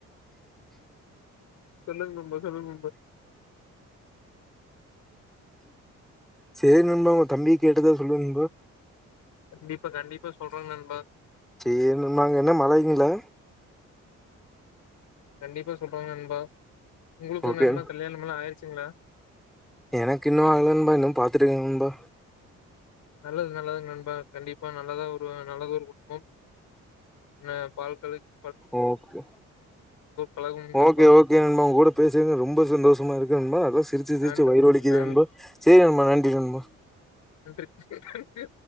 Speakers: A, on the left; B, in the centre.
A: சொல்லுங்க நண்பா சொல்லுங்க நண்பா
B: சேரி நண்பா உங்க தம்பிய கேட்டதா சொல்லு நண்பா
A: கண்டிப்பா கண்டிப்பா சொல்றங் நண்பா
B: சேரி நண்பா அங்க என்ன மழைங்களா
A: கண்டிப்பா சொல்ற நண்பா உங்களுக்கு
B: ஓகே
A: நண்பா கல்யாணமெல்லா ஆயிருச்சுங்களா
B: எனக்கு இன்னு ஆகல நண்பா இன்னு பாத்துட்டு இருக்காங் நண்பா
A: நல்லது நல்லதுங்க நண்பா கண்டிப்பா நல்லதா ஒரு நல்லத ஒரு குடுக்கு <unintelligible>
B: ஓகே
A: கழகம் நண்பா
B: ஓகே ஓகே நண்பா உங்க கூட பேசினது ரொம்ப சந்தோஷமா இருக்கு நண்பா சிரிச்சு சிரிச்சு
A: நன்றி
B: வயிறு வலிக்குது
A: நன்
B: நண்பா சேரி நண்பா நன்றி நண்பா
A: நன்றி நன்றி